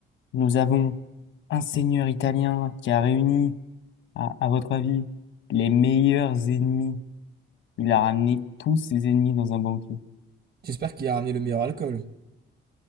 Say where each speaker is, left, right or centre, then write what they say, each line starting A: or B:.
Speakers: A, on the left; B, on the right.
A: nous avons un seigneur italien qui a réuni, à, à votre avis, les meilleurs ennemis. Il a ramené tous ses ennemis dans un banquet.
B: J'espère qu'il a ramené le meilleur alcool.